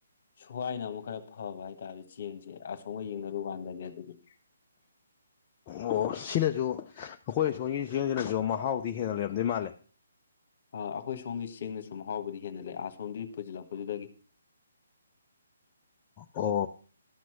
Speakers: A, on the left (about 45°); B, on the left (about 25°).
A: ꯁꯨꯋꯥꯥꯏꯅ ꯑꯃꯨꯛ ꯈꯔ꯫ ꯐꯕ ꯍꯥꯏꯇꯥꯔꯦ ꯆꯦꯡꯁꯦ꯫ ꯑꯁꯣꯝꯒ ꯌꯦꯡꯅꯔꯨ ꯀꯥꯟꯗꯅꯦ ꯑꯗꯨꯗꯤ꯫ <inaudible>
B: ꯑꯣ ꯁꯤꯅꯁꯨ ꯑꯩꯈꯣꯏ ꯁꯣꯝꯒꯤ ꯆꯦꯡꯁꯤꯅꯁꯨ ꯃꯍꯥꯎꯗꯤ ꯍꯦꯟꯅ ꯂꯩꯔꯝꯗꯣꯏ ꯃꯥꯜꯂꯦ꯫
A: ꯑ ꯑꯩꯈꯣꯏ ꯁꯣꯝꯒꯤ ꯆꯦꯡꯅ ꯁꯨꯝ ꯃꯍꯥꯎꯕꯨꯗꯤ ꯍꯦꯟꯅ ꯂꯩꯁꯣꯝꯗꯤ ꯄꯨꯁꯤꯜꯂꯛꯄꯗꯨꯗꯒꯤ꯫
B: ꯑꯣ